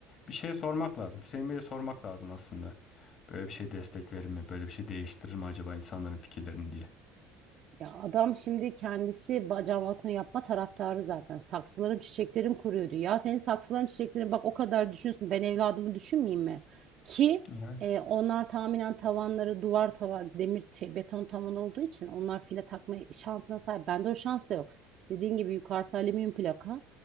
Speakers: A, on the left; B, on the right.
A: bir şeye sormak lazım. Hüseyin Bey'e sormak lazım aslında. Böyle bir şey destek verir mi? Böyle bir şey değiştirir mi acaba insanların fikirlerini diye.
B: Ya adam şimdi kendisi ba- cam balkon yapma taraftarı zaten. Saksıların çiçeklerim kuruyordu. Ya senin saksıların çiçeklerin bak o kadar düşünüyorsun. Ben evladımı düşünmeyeyim mi? Ki
A: Yani
B: e, onlar tahminen tavanları duvar tavan demir şey, beton tavan olduğu için onlar file takma şansına sahip. Bende o şans da yok. Dediğin gibi yukarısı alüminyum plaka.